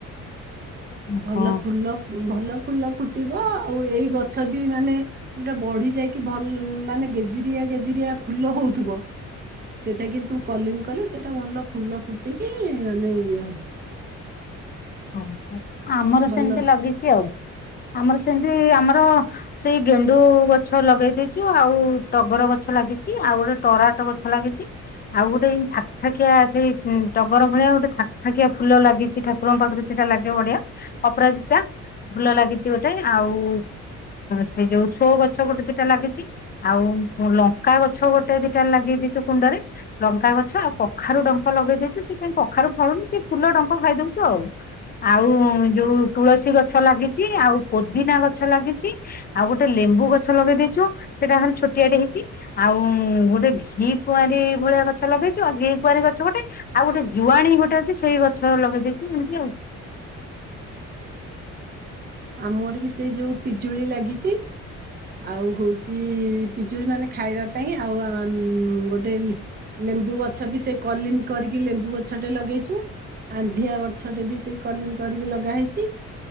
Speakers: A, on the left; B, on the right.
A: ହଁ
B: ଭଲ ଫୁଲ ଭଲ ଫୁଲ ଫୁଟିବ। ଆଉ ଏଇ ଗଛ ବି ମାନେ ଯୋଉଟା ବଢି ଯାଇକି ଭଲ ମାନେ ଗେଜିରିଆ ଗେଜିରିଆ ଫୁଲ ହଉଥିବ। ସେଇଟା କିନ୍ତୁ କଲିମ କଲେ ସେଇଟା ଭଲ ଫୁଲ ଫୁଟିକି ମାନେ ଇଏ ହବ।
A: ହଉ ଆମର
B: ଭଲ
A: ସେମିତି ଲଗିଛି ଆଉ। ଆମର ସେମିତି ଆମର ସେଇ ଗେଣ୍ଡୁ ଗଛ ଲଗେଇ ଦେଇଛୁ। ଆଉ ଟଗର ଗଛ ଲାଗିଛି। ଆଉ ଗୋଟେ ଟରାଟ ଗଛ ଲାଗିଛି। ଆଉ ଗୋଟେ ଏଇ ଥାକ୍ ଥାକିଆ ସେଇ ଟଗର ଭଳିଆ ଗୋଟେ ଥାକ ଥାକିଆ ଫୁଲ ଲାଗିଛି ଠାକୁରଙ୍କ ପାଖରେ। ସେଟା ଲାଗେ ବଢ଼ିଆ। ଅପରାଜିତା। ଫୁଲ ଲାଗିଛି ଗୋଟେ ଆଉ ସେ ଯୋଉ ସୋ ଗଛ ଗୋଟେ ଦିଟା ଲାଗିଛି। ଆଉ ଲଙ୍କା ଗଛ ଗୋଟେ ଦିଟା ଲାଗେଇ ଦେଇଛୁ କୁଣ୍ଡରେ। ଲଙ୍କା ଗଛ ଆଉ କଖାରୁ ଡଙ୍କ ଲଗେଇ ଦେଇଛୁ। ସେ କାଇଁ କଖାରୁ ଫଳୁନି ସେ ଫୁଲ ଡଙ୍କ ଖାଇ ଦଉଛୁ ଆଉ। ଆଉ ଯୋଉ ତୁଳସୀ ଗଛ ଲାଗିଛି। ଆଉ ପୋଦିନା ଗଛ ଲାଗିଛି। ଆଉ ଗୋଟେ ଲେମ୍ବୁ ଗଛ ଲଗେଇ ଦେଇ ଛୁ ସେଇଟା ଖାଲି ଛୋଟିଆଟେ ହେଇଛି। ଆଉ ଗୋଟେ ଘି କୁଆଁରୀ ଭଳିଆ ଗଛ ଲଗେଇଛୁ ଆଉ ଘି କୁଆଁରୀ ଗଛ ଗୋଟେ। ଆଉ ଗୋଟେ ଜୁଆଣୀ ଗୋଟେ ଅଛି। ସେଇ ଗଛ ଲଗେଇ ଦେଇଛୁ ଏମିତି ଆଉ।
B: ଆମର ବି ସେଇ ଯୋଉ ପିଜୁଳି ଲାଗିଛି। ଆଉ ହଉଛି ପିଜୁଳି ମାନେ ଖାଇବା ପାଇଁ। ଆଉ ଆଁ ଗୋଟେ ଲେମ୍ବୁ ଗଛ ବି ସେଇ କଲିମ୍ କରିକି ଲେମ୍ବୁ ଗଛଟେ ଲଗେଇଛୁ। ଆନ୍ଧିଆ ଗଛଟେ ବି ସେଇ କଲିମି କରିକି ଲଗା ହେଇଛି।